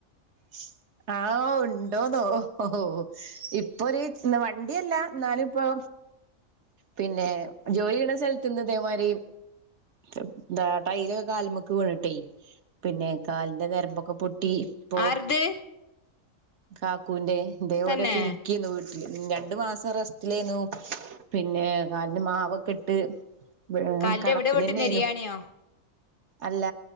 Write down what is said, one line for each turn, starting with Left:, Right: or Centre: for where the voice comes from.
Right: ഉ ആ ഉണ്ടോന്നോ ഓ ഇപ്പൊര് വണ്ടിയല്ല എന്നാലും ഇപ്പൊ പിന്നെ ജോലിയ്യ്ണ സ്ഥലത്ത്ന്ന്തേമാരി എന്താട്ടൈയില് കാല്മേക്ക് വീണിട്ടെ പിന്നെ കാലിന്റെ ഞരമ്പൊക്കെ പൊട്ടി ഇപ്പോ
Left: ആര്ത്
Right: കാക്കുവിന്റെ ഇതേപോലെ
Left: തന്നെ
Right: പിര്ക്കി വീ രണ്ടു മാസം റെസ്റ്റിലായിന്നു പിന്നെ കാലിന് മാവൊക്കെട്ട് ഏ
Left: കാലിന്റെ
Right: കെടപ്പിലന്നേനു
Left: എവിടെ പൊട്ടി നെരിയാണിയോ
Right: അല്ല